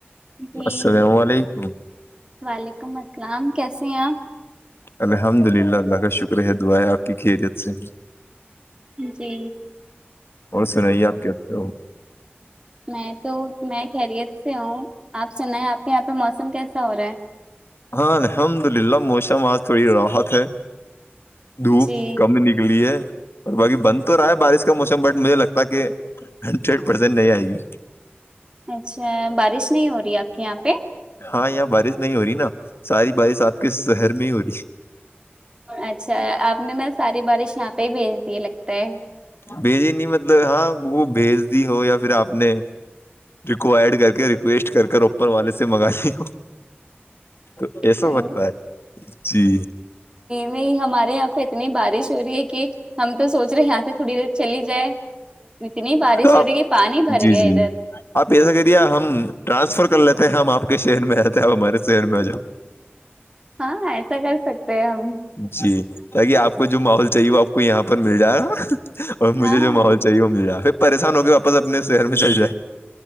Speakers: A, on the right (about 20°); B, on the left (about 70°).
A: جی
B: السلام علیکم
A: وعلیکم السلام کیسے ہیں آپ
B: الحمد للہ اللہ کا شکر ہے دعائیں آپ کی خیریت سے ہیں
A: جی
B: اور سنائیے آپ کے سے ہو
A: میں تو میں خیریت سے ہوں آپ سنا ہے آپ کے یہاں پہ موسم کیسا ہو رہا ہے
B: ہاں الحمد للہ موسم آج تھوڑی راحت ہے دھوپ
A: جی
B: کم نکلی ہے اور باقی بند تو رہا ہے بارش کا موسم بٹ مجھے لگتا ہے کہ ہنڈریڈ پرسینٹ نہیں آئے گی
A: اچھا بارش نہیں ہو رہی ہے آپ کے یہاں پہ
B: ہاں یہاں بارش نہیں ہو رہی نا ساری بارش آپ کے شہر میں ہی ہو رہی
A: اچھا آپ نے نا ساری بارش یہاں پہ ہی بھیج دی لگتا ہے
B: بھیجی نہیں مطلب ہاں وہ بھیج دی ہو یا پھر آپ نے ریکوائڈ کر کے ریکویسٹ کر اوپر والے سے منگا لی ہو تو ایسا
A: جی
B: وتتا ہے جی
A: نہیں ہمارے یہاں اتنی بارش ہو رہی ہے کہ ہم تو سوچ رہے ہیں یہاں سے تھوڑی دیر چلی جائے رتنی بارش
B: تو
A: و کے پانی بر
B: جی
A: گ
B: جی
A: ہے
B: جی آپ ایسا کریے ہم ٹرانسفر کر لیتے ہیں ہم آپ کے شہر میں آتے ہیں ہمارے شہر میں آ جؤ
A: ہاں ایسا کر سکتے ہیں ہم
B: جی تاکہ آپ کو جو ماحول چاہیے وہ آپ کو یہاں پر مل جائے گا اور مجھے
A: ہاں
B: جو ماحول چاہیے وہ مل جائے پھر پریشان ہو کے واپس اپنے شہر میں چل جائے